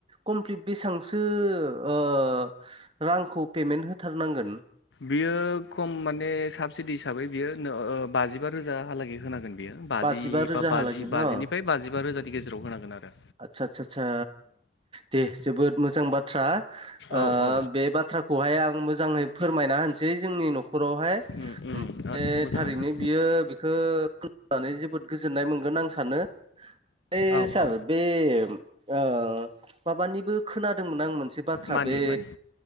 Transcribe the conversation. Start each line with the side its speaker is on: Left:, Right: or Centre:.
Right: कमप्लिट बिसंसो ओ रांखौ पेमेन्ट होथारनांगोन
Left: बियो खम माने साबसिडि हिसाबै बियो नो ओ बाजिबा रोजा हालागे होनांगोन बेयो बाजि
Right: बाजिबा रोजाहालागै
Left: बा बाजि
Right: न'
Left: बाजिनिफ्राय बाजिबा रोजानि गेजेराव होनांगोन आरो
Right: आच्चा चा चा दे जोबोद मोजां बाथ्रा आ
Left: औ औ
Right: बे बाथ्रा खौहाय आं मोजाङै फोरमायना होनसै जोंनि न'खरावहाय ओमफाय
Left: उम उम आदसा मोजाङानो
Right: थारैनो बियो बेखो <unintelligible> नानै जोबोद गोजोननाय मोनगोन आं सानो <unintelligible>
Left: औ
Right: सार
Left: औ
Right: बे ओ माबानिबो खोनादोंमोन आं मोन से बाथ्रा
Left: मानियो
Right: बे
Left: मानियो